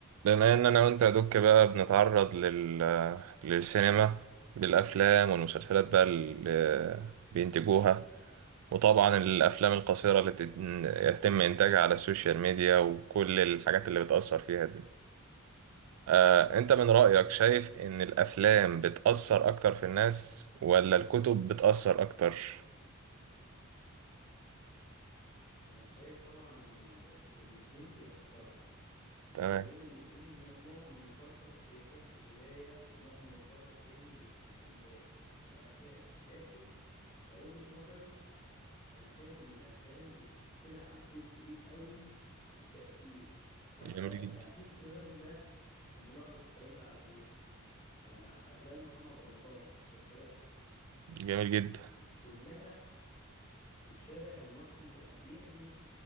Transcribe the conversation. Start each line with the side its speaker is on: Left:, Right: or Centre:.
Right: بما ان انا وانت يا دوك بقى بنتعرض لل... للسينما بالافلام والمسلسلات بقى اللي بينتجوها وطبعا الافلام القصيره اللي تت- يتم انتاجها على السوشيال ميديا وكل الحاجات اللي بتاثر فيها دي آه، انت من رايك شايف ان الافلام بتاثر اكتر في الناس ولا الكتب بتاثر اكتر
Left: انا شايف طبعا ان ال- الاتنين بيأثروا
Right: تمام
Left: ولو ان ان في ن- نوع من البشر بيحب القرايه ونوع من البشر تاني بيحب ال- الافلام لكن كوجهة نظري انا شايف ان الافلام بتلعب دور كبير قوي في التأثير حتى
Right: جميل جدا
Left: هنشوف كده من ده نلاحظ الكلام ده على ايه على مع- افلام محمد رمضان ومسلسلاته
Right: جميل جدا
Left: كلها الشارع المصري بقى بيعمل